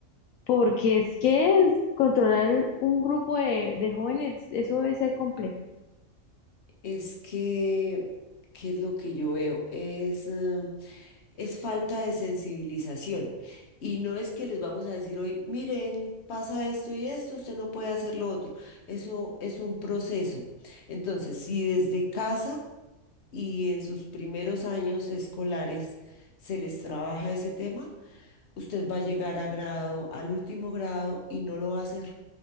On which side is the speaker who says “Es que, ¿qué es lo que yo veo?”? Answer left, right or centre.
Left